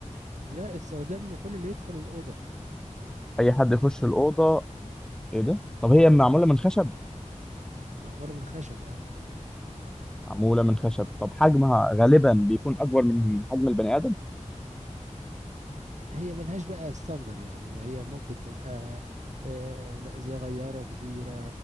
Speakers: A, on the right; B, in the centre.
A: لا استخدام لكل اللي يدخل الأوضة
B: أي حد يخش الأوضة إيه ده طب هي معمولة من خشب
A: معمولة من خشب اه
B: معمولة من خشب طب حجمها غالبا بيكون أكبر من حجم البني آدم
A: هي ملهاش بقى ستاندر يعني ما هي ممكن تبقى آه، صغيرة كبيرة